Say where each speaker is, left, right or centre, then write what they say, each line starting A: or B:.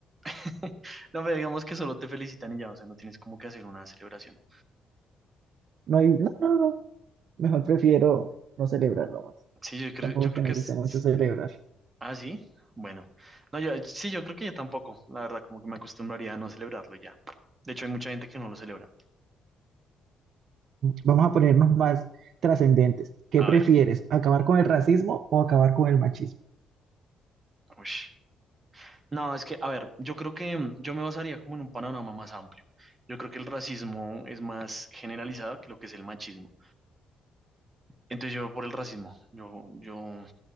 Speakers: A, on the right (about 25°); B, on the right (about 70°).
A: <laughs> No, pero digamos que solo te felicitan y ya, o sea, no tienes como que hacer una celebración.
B: No, hay- no, no, no. no. Mejor prefiero no celebrarlo más.
A: Sí, yo creo,
B: Tampoco
A: yo
B: es
A: creo
B: que me
A: que es...
B: guste mucho
A: es-
B: celebrar.
A: Ah, sí. Bueno. No, yo, sí, yo creo que yo tampoco. La verdad, como que me acostumbraría a no celebrarlo ya. De hecho, hay mucha gente que no lo celebra.
B: Vamos a ponernos más trascendentes. ¿Qué
A: A
B: prefieres?
A: ver.
B: ¿Acabar con el racismo o acabar con el machismo?
A: ush. No, es que, a ver, yo creo que mm, yo me basaría como en un panorama más amplio. Yo creo que el racismo es más generalizado que lo que es el machismo. Entonces yo por el racismo, yo, yo